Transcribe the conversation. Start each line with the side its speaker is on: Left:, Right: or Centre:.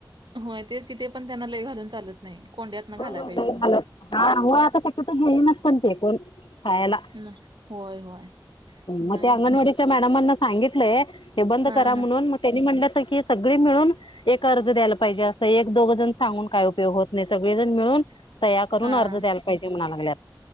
Right: होय तेच किथे पण त्यांना लय घालून चालत. नाही कोंड्यात. न घालाय
Left: हो
Right: पाहिजेत मग
Left: हा आता शक्यत घेईनच पण ते कोण खायाला.
Right: ना होय होय.
Left: मग
Right: नाही
Left: ते अंगणवाडीच्या
Right: हो
Left: मॅडमांना सांगितलंय हे बंद
Right: हा
Left: करा म्हणून
Right: हा
Left: म. त्यांनी म्हटलंच की सगळे मिळून. एक अर्ज द्यायला पाहिजे असं एक दोघ जण सांगून काय उपयोग होत नाही सगळेजण मिळून. तया करून
Right: हा
Left: अर्ज द्यायला पाहिजे म्हणा लागल्यात.